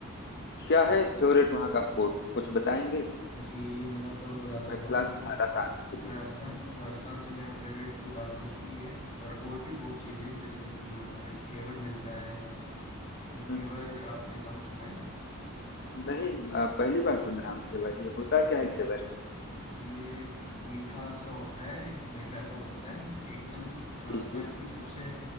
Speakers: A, on the left; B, on the left.
A: क्या है फेवरेट वहाँ का फूड कुछ बताएंगे
B: जी मेरा तो राजस्थान
A: मैं प्लान
B: ही है
A: बना रहा था आने के लिए
B: राजस्थान राजस्थान से मेरा फेवरेट तो दाल बाटी ही है पर और भी बहुत चीज़ें जैसे कि यहाँ पे घेवर मिलता है घेवर
A: हम्म,
B: आपने नाम सुना है
A: नहीं अ, पहली बार सुन रहा हूँ घेवर ये होता क्या है घेवर
B: जी ये मीठा सा होता है मैदा का बनता है एकदम राजस्थान
A: जी जी
B: की सबसे